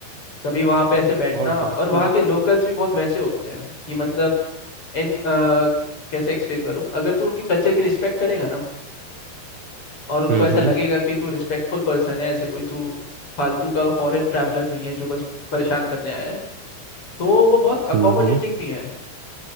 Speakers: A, on the left (about 25°); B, on the right (about 75°).
A: कभी वहाँ पे ऐसे बैठना
B: और
A: और
B: बाकी
A: वहाँ के लोकल्स भी बहुत वैसे होते हैं कि मतलब इन अ, कैसे एक्सप्लेन करूँ अगर तू उनके कल्चर की रिस्पेक्ट करेगा ना और उनको
B: हम्म
A: ऐसा
B: हम्म
A: लगेगा कि तू रिस्पेक्टफुल पर्सन है ऐसे कोई तू फालतू का फॉरेन ट्रैवलर नहीं है जो बस परेशान करने आया है तो वो बहुत अकोमोडेटिंग
B: हम्म हम्म।
A: भी हैं